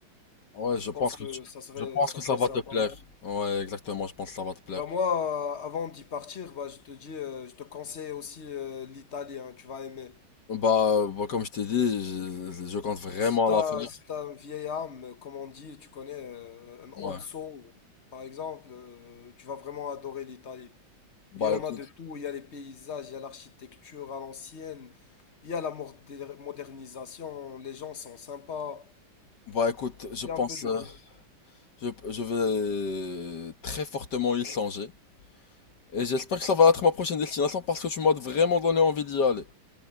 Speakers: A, on the left (about 60°); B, on the left (about 40°).
A: Ouais,
B: Je
A: je pense
B: pense que
A: que tu-
B: ça serait
A: je pense
B: ça
A: que ça
B: serait
A: va
B: sympa.
A: te plaire. Ouais, exactement, je pense que ça va te plaire.
B: Bah moi euh, avant d'y partir bah je te dis euh, je te conseille aussi euh, l'Italie hein, tu vas aimer.
A: Bah, bah, comme je t'ai dit, je, je compte vraiment
B: Si t'as,
A: la faire.
B: si t'as une vieille âme, comme on dit, tu connais, euh, un old
A: Ouais.
B: soul, par exemple, euh, tu vas vraiment adorer l'Italie.
A: Bah
B: Il y en
A: écoute,
B: a de tout, il y a les paysages, il y a l'architecture à l'ancienne, il y a la moder- modernisation, les gens sont sympas,
A: bah écoute, je
B: il
A: pense,
B: y a un peu de
A: euh,
B: tout.
A: je, je vais très fortement y songer. Et j'espère que ça va être ma prochaine destination parce que tu m'as vraiment donné envie d'y aller.